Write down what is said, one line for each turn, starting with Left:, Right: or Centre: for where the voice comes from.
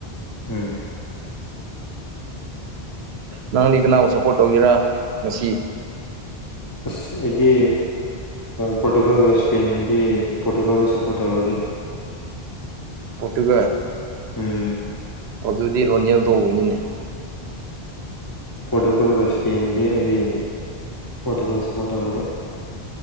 Left: ꯎꯝ
Right: ꯅꯪꯗꯤ ꯀꯅꯥꯕꯨ ꯁꯞꯄꯣꯔꯠ ꯇꯧꯒꯦꯔꯥ ꯉꯁꯤ
Left: ꯑꯁ ꯑꯩꯗꯤ ꯄꯣꯣꯔꯇꯨꯒꯜꯒ ꯁꯄꯟꯗꯤ ꯄꯣꯣꯔꯇꯨꯒꯜꯗ ꯁꯄꯣꯔꯠꯔꯒꯦ
Right: ꯄꯣꯠꯒ
Left: ꯎꯝ
Right: ꯑꯗꯨꯗꯤ ꯔꯣꯅꯦꯜꯗ ꯎꯧꯕꯅꯤꯅꯦ
Left: ꯄꯣꯔꯇꯨꯒꯜꯒ ꯏꯁꯄꯦꯟꯗꯤ ꯑꯩꯗꯤ ꯄꯣꯔꯇꯨꯒꯜ ꯁꯄꯣꯔꯠ ꯇꯧꯔꯒꯦ